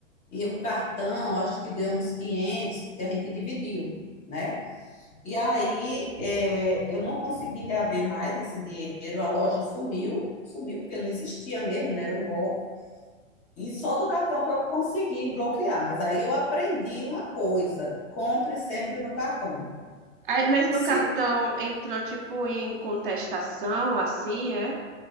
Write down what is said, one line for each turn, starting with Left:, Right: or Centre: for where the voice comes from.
Left: E o cartão, acho que deu uns 500, que a gente dividiu, né? E aí é, eu não consegui reaver mais esse dinheiro, a loja sumiu, sumiu porque não existia mesmo, né? Era um golpe. E só do cartão que eu consegui bloquear. Mas aí eu aprendi uma coisa: compre sempre no cartão.
Right: Aí, mas meu
Left: Se
Right: cartão entrou, tipo, em contestação, assim, é?